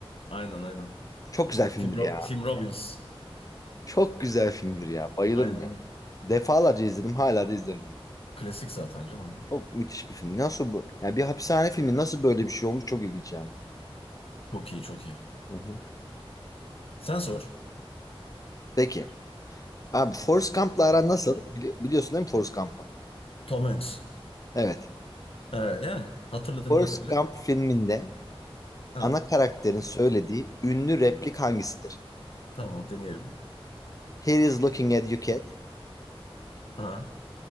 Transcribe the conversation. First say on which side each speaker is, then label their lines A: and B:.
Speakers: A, on the left; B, on the left.
A: Aynen aynen.
B: Çok güzel filmdir
A: Tim, Ro-
B: ya.
A: Tim Robbins.
B: Çok güzel filmdir ya. Bayılırım
A: Aynen
B: ya.
A: aynen.
B: Defalarca izledim, hala da izlerim. yani.
A: Klasik zaten canım. o.
B: Çok müthiş bir film. Nasıl bu? Yani bir hapishane filmi nasıl böyle bir şey olmuş? Çok ilginç yani.
A: Çok iyi çok iyi.
B: Hı hı.
A: Sen sor.
B: Peki. Abi Forrest Gump'la aran nasıl? Bili- biliyorsun değil mi Forrest Gump'ı?
A: Tom Hanks.
B: Evet.
A: Ee, yani hatırladığım
B: Forrest
A: kadarıyla.
B: Gump filminde
A: Ha,
B: ana karakterin söylediği ünlü replik hangisidir?
A: tamam deneyelim.
B: Here is looking at you cat.
A: Ha.